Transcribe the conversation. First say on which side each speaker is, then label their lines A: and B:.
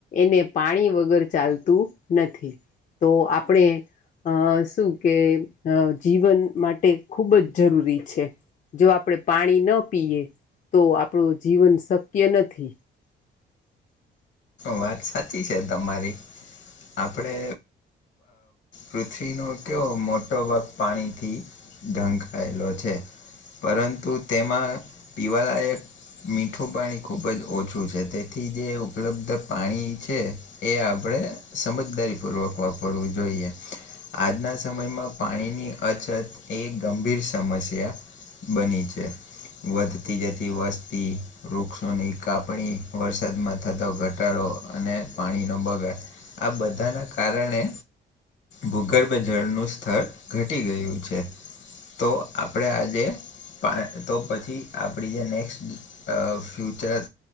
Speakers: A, on the left (about 40°); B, on the left (about 70°).
A: એને પાણી વગર ચાલતું નથી. તો આપણે અ શું કે જીવન માટે ખૂબ જ જરૂરી છે. જો આપણે પાણી ન પીએ તો આપણું જીવન શક્ય નથી.
B: વાત સાચી છે તમારી, આપડે પૃથ્વીનો કેવ મોટો ભાગ પાણીથી ઢંકાયેલો છે, પરંતુ તેમાં પીવાળ એક મીઠું પાણી ખૂબ જ ઓછું છે તેથી જે ઉપલબ્ધ પાણી છે એ આપણે સમજદારીપૂર્વક વાપરવું જોઈએ. આજના સમયમાં પાણીની અછત એ ગંભીર સમસ્યા બની છે. વધતી જતી વસ્તી વૃક્ષોની કાપણી, વરસાદમાં થતો ઘટ ઘટાડો અને પાણીનો બગડ, આ બધાના કારણે ભૂગર્ભ જળનું સ્થર ઘટી ગયું છે. તો આપણે આજે પા તો પછી આપણી જે નેક્સ્ટ અ ફ્યુચર